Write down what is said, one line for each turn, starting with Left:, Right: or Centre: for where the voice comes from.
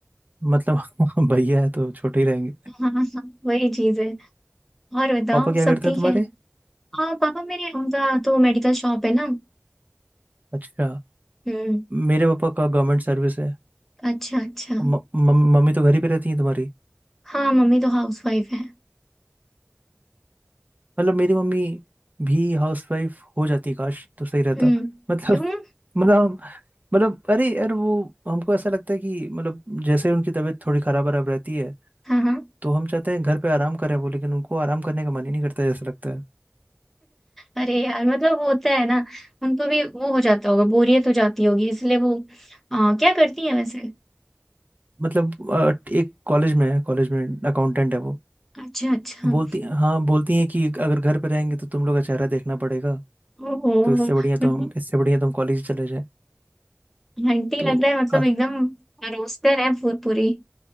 Right: मतलब <laughs> भैया है तो छोटे ही रहेंगे
Centre: <laughs> हाँ हाँ वही चीज है और बताओ
Right: पापा क्या
Centre: सब
Right: करते
Centre: ठीक
Right: हैं तुम्हारे
Centre: है और पापा मेरे उनका तो मेडिकल शॉप है ना
Right: अच्छा
Centre: हम्म
Right: मेरे पापा का गवर्नमेंट सर्विस है
Centre: अच्छा अच्छा
Right: और म, मम- मम्मी तो घर ही पे रहती है तुम्हारी
Centre: हाँ मम्मी तो हाउस वाइफ है
Right: मतलब मेरी मम्मी भी हाउसवाइफ हो जाती काश तो सही रहता
Centre: हम्म
Right: मतलब
Centre: क्यों
Right: मतलब मतलब अरे यार वो हमको ऐसा लगता है कि मतलब जैसे उनकी तबीयत थोड़ी खराब खराब रहती है
Centre: हाँ हाँ
Right: तो हम चाहते हैं घर पे आराम करें वो लेकिन उनको आराम करने का मन ही नहीं करता है, ऐसा लगता है
Centre: अरे यार मतलब वो होता है ना उनको भी वो हो जाता होगा बोरियत हो जाती होगी इसलिए वो आ, क्या करती है वैसे
Right: मतलब अ, एक कॉलेज में है कॉलेज में अकाउंटेंट है वो
Centre: अच्छा अच्छा
Right: बोलती हाँ बोलती हैं कि अगर घर पे रहेंगे तो तुम लोग का चेहरा देखना पड़ेगा
Centre: ओह
Right: तो इससे बढ़िया
Centre: <laughs>
Right: तो हम इससे बढ़िया तो हम कॉलेज चले जाएं
Centre: आंटी
Right: तो
Centre: लग रहा है मतलब
Right: काफी
Centre: एकदम रोस्टर है पू- पूरी